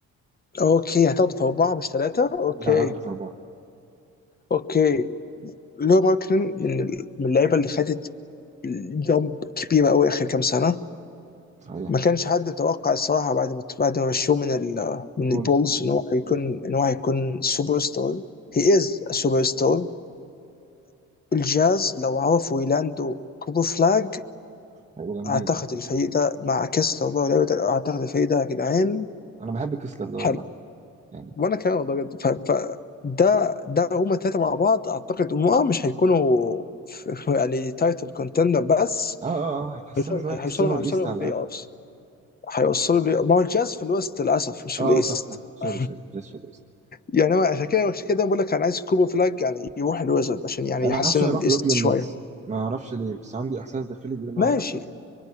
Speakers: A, on the left (about 30°); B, on the right (about 20°).
A: اوكي هتاخد في اربعه مش ثلاثه اوكي
B: لا هاخده في أربعة
A: اوكي لو ماركنن من ال- من اللعيبه اللي خدت جامب كبيره قوي اخر كام سنه
B: صحيح
A: ما كانش حد يتوقع الصراحه بعد ما بعد ما مشوه من ال من
B: بولز
A: البولز ان هو هيكون
B: مم.
A: ان هو هيكون سوبر ستار هي از سوبر ستار الجاز لو عرفوا يلاندوا كوبر فلاج
B: هيبقوا جامدين
A: اعتقد الفريق ده مع كسلر بقى ولعبة- اعتقد الفريق ده يا جدعان
B: انا بحب كسلر ده
A: حلو
B: والله يعني
A: وانا كمان والله جد ف... ف... ده ده هما الثلاثه مع بعض اعتقد هم اه مش هيكونوا في- يعني تايتل كونتندر بس
B: اه اه اه هيتحسنوا
A: هيوصلوا
B: شويه يحسنوا
A: هيوصلوا هيوصلوا
B: الايست على الاقل
A: بلاي اوفس هيوصلوا لي ما هو الجاز في الويست للاسف مش في
B: اه
A: الايست
B: صح صح سوري
A: <laughs>
B: سوري جاز في الايست
A: يعني هو عشان كده عشان كده بقول لك انا عايز كوبر فلاج يعني يروح الويزرد عشان يعني
B: انا
A: يحسنوا
B: حاسه هيروح
A: الايست
B: بروكلين
A: شويه
B: نتس ما اعرفش ليه بس عندي احساس داخلي بيقول ان
A: ماشي
B: هو رايح بروكلين